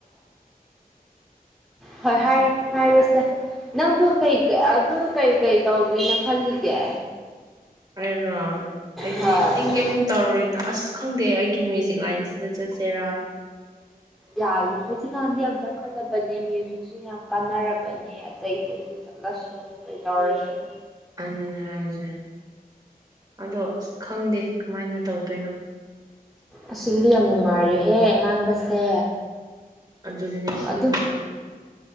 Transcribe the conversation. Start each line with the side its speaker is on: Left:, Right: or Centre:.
Centre: ꯍꯣꯏ ꯍꯥꯏ ꯍꯥꯏꯔꯣꯁꯦ ꯅꯪꯗꯨ ꯀ ꯑꯗꯨ ꯀꯩ ꯀꯩ ꯇꯧꯒꯦꯅ ꯈꯜꯂꯤꯒꯦ꯫
Right: ꯑꯩꯔꯣ ꯑꯩꯗꯤ
Centre: ꯍꯣꯏ
Right: ꯑꯩ ꯀꯩꯝ ꯇꯧꯔꯣꯏꯗ ꯑꯁ ꯈꯪꯗꯦ ꯑꯩꯒꯤ ꯃ꯭ꯌꯨꯖꯤꯛ ꯂꯥꯏꯟꯁꯤ ꯖꯢ <unintelligible> ꯆꯠꯁꯦꯔ
Centre: ꯌꯥꯏ ꯍꯧꯖꯤꯛꯀꯥꯟꯗꯤ ꯌꯥꯝꯆꯥ ꯆꯥꯎꯈꯠꯂꯕꯅꯦ ꯃ꯭ꯌꯨꯖꯤꯛꯁꯦ ꯌꯥꯝ ꯀꯥꯟꯅꯔꯕꯅꯦ ꯑꯇꯩ ꯑꯇꯩꯗ ꯆꯠꯂꯁꯨ ꯀꯩꯗꯧꯔꯁꯨ꯫
Right: ꯑꯗꯨꯅꯦ ꯍꯥꯏꯔꯤꯁꯦ ꯑꯗꯣ ꯑꯁ ꯈꯪꯗꯦ꯫ ꯀꯃꯥꯏꯅ ꯇꯧꯗꯣꯏꯅꯣ
Centre: ꯑꯁꯤꯗꯗꯤ ꯌꯥꯝ ꯅꯨꯡꯉꯥꯏꯔꯦꯍꯦ ꯉꯥꯡꯕꯁꯦ
Right: ꯑꯗꯨꯗꯨꯅꯦ ꯁꯤꯗꯗꯤ
Centre: ꯑꯗꯨ